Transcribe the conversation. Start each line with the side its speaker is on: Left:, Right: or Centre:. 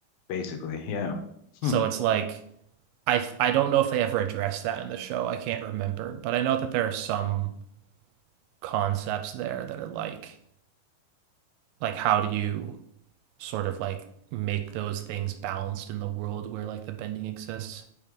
Left: basically, yeah,
Right: So
Left: hmm.
Right: it's like I I don't know if they ever addressed that in the show. I can't remember, but I know that there are some concepts there that are like like how do you sort of like make those things balanced in the world where like the bending exists.